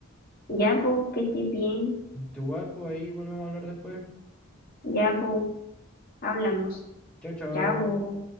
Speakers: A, on the left; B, in the centre.
A: ya, pues, que estés bien,
B: Igual, pues ahí volvemos a hablar después.
A: ya, pues, hablamos,
B: Chao, chao.
A: chao.